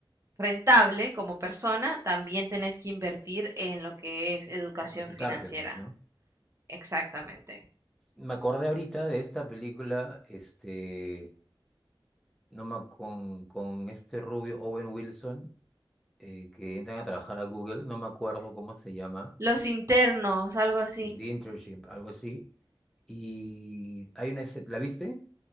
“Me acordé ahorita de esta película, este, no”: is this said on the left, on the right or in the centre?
Centre